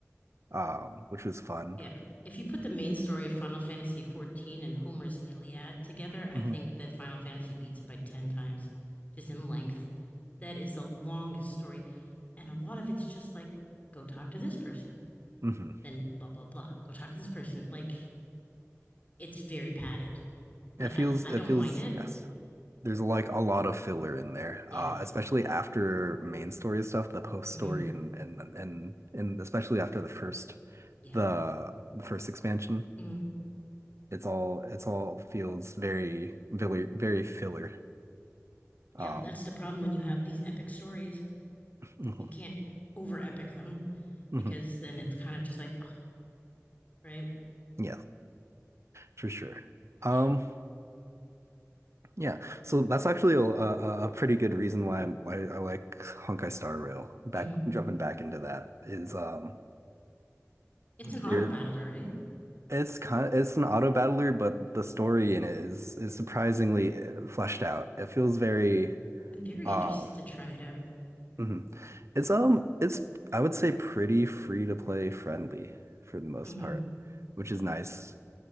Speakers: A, on the right; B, on the left.
A: Um, which was fun.
B: Yeah. If you put the main story of Final Fantasy fourteen and Homer's Iliad together, I
A: hmm
B: think that Final Fantasy beats it by 10 times, just in length. That is the longest story. And a lot of it's just like, go talk to this person,
A: hmm
B: then blah, blah, blah. Go talk to this person. Like, it's very padded, but
A: It feels
B: I, I
A: it
B: don't
A: feels
B: mind it.
A: yes. There's like a lot of filler in there,
B: Yeah.
A: uh, especially after main story stuff, the post story,
B: hmm
A: and and and and especially after the first
B: Yeah.
A: the the first expansion.
B: hmm
A: It's all it's all feels very very very filler.
B: Yep.
A: Um,
B: That's the problem when you have these epic stories.
A: mhm,
B: You can't over epic them
A: mhm.
B: because then it's kind of just like, oh, right?
A: Yeah, for sure. Um,
B: Yeah.
A: yeah. So that's actually a, a, a pretty good reason why, I'm, why I like Honkai Star Rail. Back
B: hmm
A: jumping back into that is um.
B: It's an auto
A: There,
B: battler, right?
A: It's kind of it's an auto battler, but the story in it is is surprisingly uh, fleshed out. It feels very
B: I'm very
A: uh
B: interested to try it out.
A: mhm. It's um it's I would say pretty free to play friendly for the most
B: Mm-hmm,
A: part, which is nice.